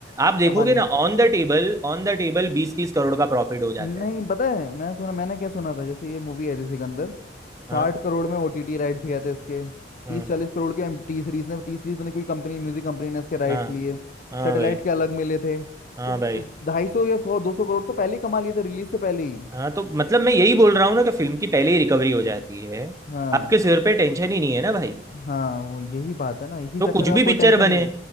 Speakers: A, on the right (about 15°); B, on the left (about 45°).
A: आप देखोगे
B: कमाल ही।
A: ना ऑन द टेबल ऑन द टेबल बीस तीस करोड़ का प्रॉफिट हो जाता
B: नहीं
A: है
B: पता है मैं सुना मैंने क्या सुना था जैसे ये मूवी आई थी सिकंदर
A: हाँ
B: साठ करोड़ में ओटीटी राइट्स गए थे इसके
A: हाँ
B: तीस चालीस करोड़ के टी सीरीज ने टी सीरीज में कोई कंपनी म्यूजिक कंपनी ने इसके राइट्स
A: हाँ
B: लिए
A: हाँ
B: सैटेलाइट
A: भाई
B: के अलग मिले थे तो
A: हाँ भाई
B: ढाई सौ या सौ दो सौ करोड़ तो पहले ही कमा लिए थे रिलीज से पहले ही
A: हाँ तो मतलब मैं यही बोल रहा हूँ ना कि फिल्म की पहले ही रिकवरी हो जाती है
B: हाँ
A: आपके सिर पे टेंशन ही नहीं है ना भाई
B: हाँ वो यही बात है ना इसी
A: तो
B: चक्कर
A: कुछ
B: में आप
A: भी
B: कोई
A: पिक्चर
B: टेंशन
A: बने
B: ही